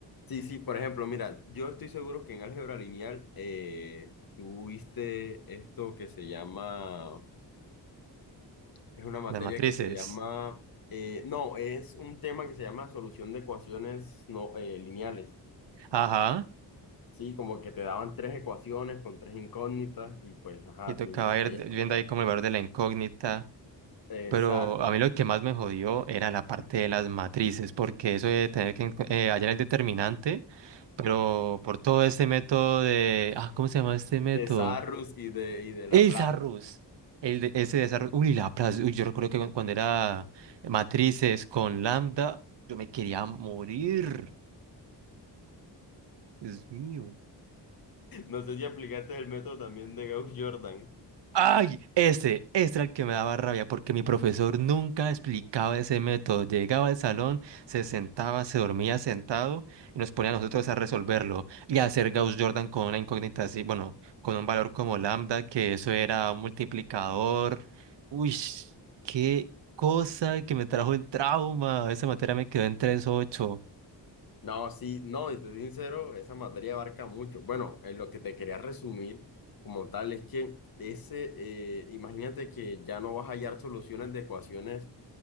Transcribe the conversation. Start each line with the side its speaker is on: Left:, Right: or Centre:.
Left: Sí, sí, por ejemplo, mira, yo estoy seguro que en álgebra lineal eh, tú viste esto que se llama, es una materia
Right: Las matrices.
Left: que se llama, eh, no, es un tema que se llama solución de ecuaciones no, eh, lineales.
Right: Ajá,
Left: Sí, como que te daban tres ecuaciones con tres incógnitas y pues, ajá,
Right: y tocaba
Left: tú las
Right: ir
Left: hallas.
Right: viendo ahí como el valor de la incógnita.
Left: Exacto,
Right: Pero a mí lo que más me jodió era la parte de las matrices, porque eso de tener que enco- eh, hallar el determinante, pero por todo este método de... Ah, ¿cómo se llama este método?
Left: de Sarrus y de, y de Laplace.
Right: Es arroz. El de, ese de esa arroz. Uy, la plaza. Uy, yo recuerdo que cu- cuando era matrices con Lambda, yo me quería morir. Dios mío.
Left: No sé si aplicaste el método también de Gauss-Jordan.
Right: Ay, ese, ese era el que me daba rabia porque mi profesor nunca explicaba ese método. Llegaba al salón, se sentaba, se dormía sentado y nos ponía a nosotros a resolverlo y a hacer Gauss-Jordan con una incógnita así, bueno, con un valor como lambda, que eso era un multiplicador. Uy, qué cosa que me trajo el trauma. Esa materia me quedó en tres ocho
Left: No, sí, no, y te soy sincero, esa materia abarca mucho. Bueno, en lo que te quería resumir como tal es que ese, eh, imagínate que ya no vas a hallar soluciones de ecuaciones